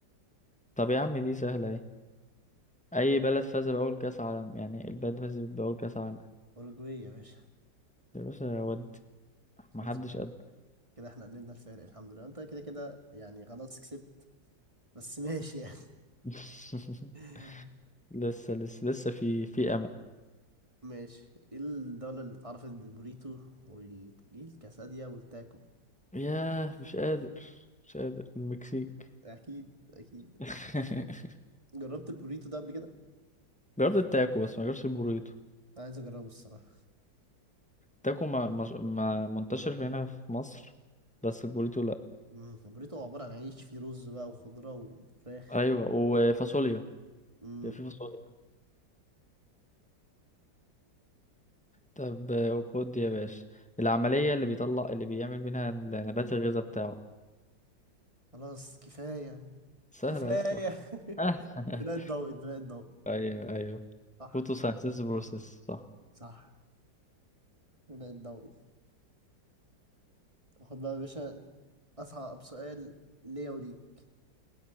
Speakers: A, in the centre; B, on the right.
A: طب يا عم دي سهله ايه اي بلد فاز باول كاس عالم يعني البلد فاز باول كاس عالم
B: أوروجواي يا باشا
A: يا باشا يا ودي
B: خمسة
A: ما حدش
B: ثلاثة
A: قد
B: كده احنا قللنا الفارق الحمد لله انت كده كده يعني خلاص كسبت بس ماشي يعني
A: <laughs>
B: <laughs>
A: لسه لسه لسه في في امل
B: ماشي ايه الدولة اللي اتعرفت بالبوريتو والكاساديا والتاكو
A: ياه مش قادر مش قادر المكسيك
B: اكيد اكيد
A: <laughs>
B: جربت البوريتو ده قبل كده
A: جربت التاكو بس ما جربتش البوريتو
B: عايز اجربه الصراحة
A: تاكو ما, ما, ما منتشر في هنا في مصر بس البوريتو لا
B: امم البوريتو عبارة عن عيش فيه رز بقى وخضرة وفراخ
A: ايوه وفاصوليا
B: امم
A: بيبقى في فاصوليا طب خد يا باشا العملية اللي بيطلع اللي بيعمل منها نبات الغذاء بتاعه
B: خلاص كفاية
A: سهلة
B: كفاية
A: يا اسطى
B: <laughs>
A: آه. <laughs>
B: البناء الضوئي البناء الضوئي
A: ايوه ايوه
B: صح
A: فوتوسينثيسيس بروسيس صح
B: صح البناء الضوئي خد بقى يا باشا أصعب سؤال ليا وليك